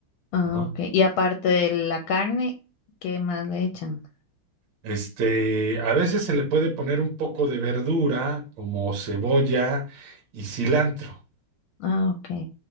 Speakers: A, on the left; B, on the right.
A: Ah,
B: ¿no?
A: ok. Y aparte de la carne, ¿qué más le echan?
B: Este, a veces se le puede poner un poco de verdura, como cebolla y cilantro.
A: Ah, ok.